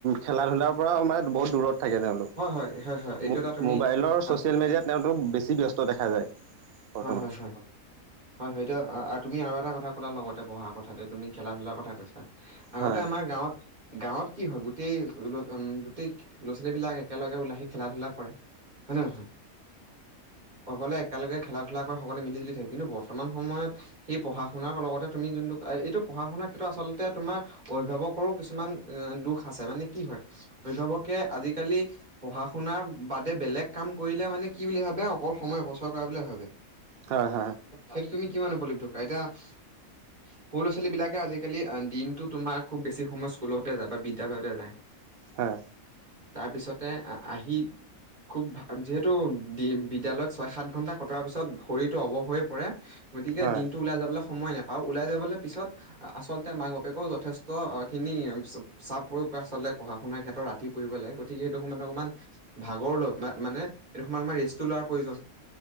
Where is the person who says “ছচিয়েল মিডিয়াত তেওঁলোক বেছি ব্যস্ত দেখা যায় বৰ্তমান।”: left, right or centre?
Right